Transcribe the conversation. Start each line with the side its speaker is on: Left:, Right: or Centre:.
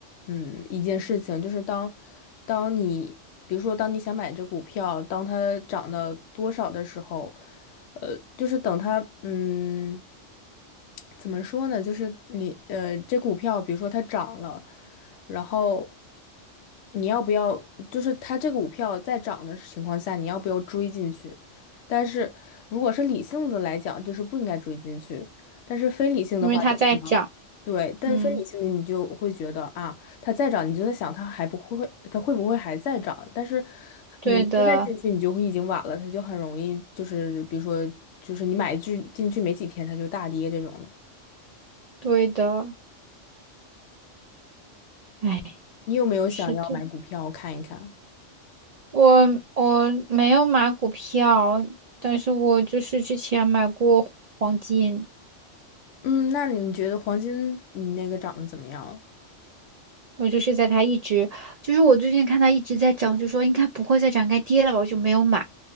Left: 嗯，一件事情，就是当，当你比如说当你想买这股票，当它涨到多少的时候，呃，就是等它，嗯，怎么说呢？就是你，呃，这股票比如说它涨了。然后你要不要，就是它这个股票在涨的情况下，你要不要追进去？但是如果是理性的来讲，就是不应该追进去；但是非理性的话，
Right: 因为它在涨。
Left: 就可能对，但非理性的你就会觉得啊，
Right: 嗯，
Left: 它再涨，你就在想它还不会，它会不会还在涨？但是
Right: 对的，
Left: 你现在进去，你就会已经晚了，它就很容易就是比如说就是你买进进去没几天，它就大跌这种的。
Right: 对的。哎，
Left: 你有没有想要买股票看一看？
Right: 是的，我我没有买股票，但是我就是之前买过黄金。
Left: 嗯，那你觉得黄金你那个长得怎么样？
Right: 我就是在它一直，就是我最近看它一直在涨，就说应该不会再涨，该跌了吧，我就没有买。